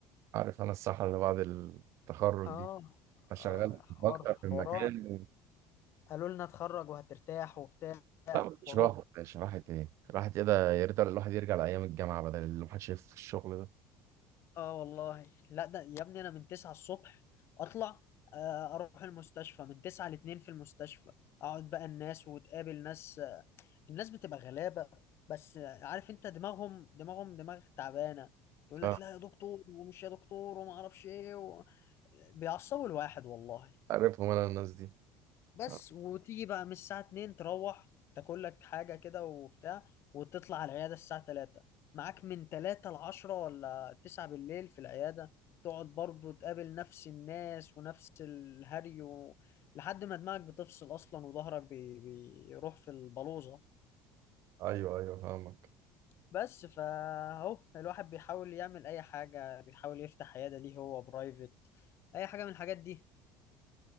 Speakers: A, on the right; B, on the left.
A: عارف انا الصحة اللي بعد التخرج
B: اه
A: دي فشغال
B: آه،
A: في
B: حوار
A: اكتر من
B: حوارات
A: مكان و...
B: قالوا لنا اتخرج وهترتاح وبتاع
A: لا مفيش
B: وأهو
A: راحه يا باشا راحه ايه راحه ايه ده يا ريت الواحد يرجع لايام الجامعه بدل اللي الواحد شايف في الشغل ده
B: اه والله لا ده يا ابني انا من 9 الصبح اطلع آه، اروح المستشفى من 9 ل 2 في المستشفى اقعد بقى الناس وتقابل ناس آه، الناس بتبقى غلابة بس آه، عارف انت دماغهم دماغهم دماغ تعبانة يقول لك
A: آه،
B: لا يا دكتور ومش يا دكتور وما اعرفش ايه و... بيعصبوا الواحد والله
A: عارفهم انا الناس دي
B: بس
A: آه،
B: وتيجي بقى من الساعة 2 تروح تاكل لك حاجة كده وبتاع وتطلع على العيادة الساعة 3 معاك من 3 ل 10 ولا 9 بالليل في العيادة تقعد برضو تقابل نفس الناس ونفس الهري و... لحد ما دماغك بتفصل أصلا وظهرك بي... بيروح في البلوزة
A: ايوه ايوه فاهمك
B: بس فاهو الواحد بيحاول يعمل أي حاجة بيحاول يفتح عيادة ليه هو برايفت أي حاجة من الحاجات دي